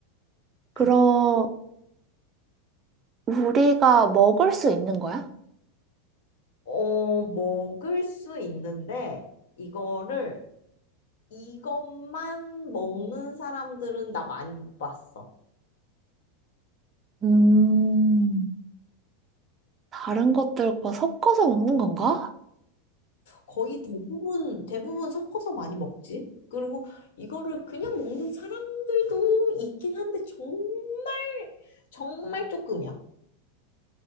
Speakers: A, on the left; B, on the right.
A: 그,
B: 그럼 우리가 먹을 수 있는 거야?
A: 어 먹을 수 있는데 이거를 이것만 먹는 사람들은 나 많이 못 봤어.
B: 음, 다른 것들과 섞어서 먹는 건가?
A: 거의 대부분, 대부분 섞어서 많이 먹지. 그리고 이거를 그냥 먹는 사람들도 있긴 한데, 정말, 정말 조금이야.